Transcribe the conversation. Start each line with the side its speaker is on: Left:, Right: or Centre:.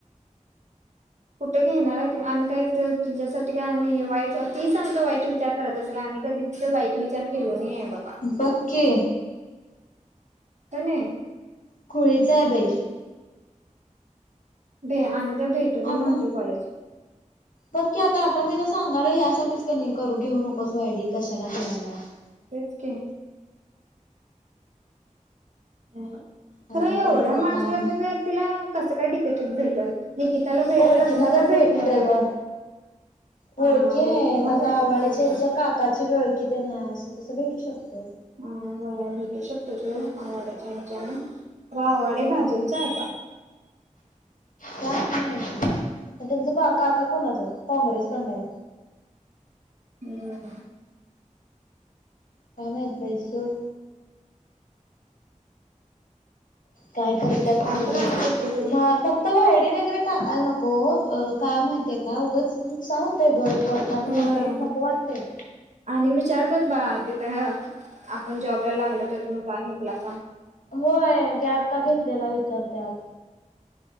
Right: कुठे घेणार हायत. आम्ही काय तुझ्यासाठी काय आम्ही वाईट ती आमचा वाईट विचार करत असेल आम्ही कधी तिचा वाईट विचार केलो नाही. बाबा
Left: बघ की
Right: त नी
Left: खुळीच आहे बाई
Right: <inaudible> दे म्हणतोय
Left: आता,
Right: कॉलेज
Left: बघ की आता आपण तिझ सांगालोय यासाठीच कनाय करू घेऊ नकोस तु आयडी कशाला घ्यायल्यास
Right: तेच की <inaudible> खरं
Left: काय
Right: एवढ्या
Left: करत्या
Right: माणसाला
Left: काय माहित
Right: तिथ तिला कसं काय डी <unintelligible> भेटल निकिताला भे
Left: ओळखी
Right: रत्नाला
Left: न तेन
Right: भेटलं
Left: भेटतय
Right: नाही
Left: ग, ओळखी
Right: हा
Left: आहेत,
Right: ना
Left: आता
Right: भे
Left: आवड्याच्या
Right: ओळखी
Left: तिच्या काकाची ओळ की ते नाय असं तसं भेटू शकत
Right: ह भेटू शकतो तो आवडाच्या ह्याच्यान वावाडे भाजपचा
Left: हम्म
Right: आहे का?
Left: काय माहिती त्यांचकाका कोणाच आहे काँग्रेस कडन आहेत.
Right: <inaudible>
Left: कामात बय सोड काय करत्यात
Right: असं काय
Left: करू
Right: तर
Left: देत
Right: असू शकते सोड
Left: म फक्त व्हाईट ते वगैरे टाकायला नको अ का माहीतीये का उगाच नुकसान होतय ग वर्षांनी
Right: होय
Left: नंतर नको वाटतय.
Right: आणि विचारतात बा तिथं हं आपण जॉबला लागल तर तुम्ही काय घेतलात.
Left: होय गॅप का घेतलेला वि च्यारत्यात